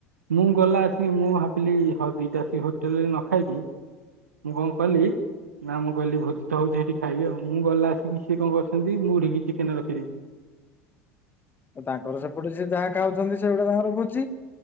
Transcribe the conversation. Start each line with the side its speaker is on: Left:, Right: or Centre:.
Right: ମୁଁ ଗଲା ଆସିକି ମୁଁ ଭାବିଲି ହଉ ଦିଟା ଆସି ହୋଟେଲରେ ନ ଖାଇକି ମୁଁ କଣ କଲି ନା ମୁଁ କହିଲି ଭୋଜି ତ ହଉଛି ସେଇଠି ଖାଇବି ଆଉ ମୁଁ ଗଲା ଆସିକି ସିଏ କଣ କରିଚନ୍ତି ମୁଢିକି ଚିକେନ ରଖିଦେଇଚନ୍ତି।
Left: ତାଙ୍କର ସେପଟେ ସେ ଯାହା ଖାଉଛନ୍ତି ସେଗୁଟା ତାଙ୍କର ଭୋଜି।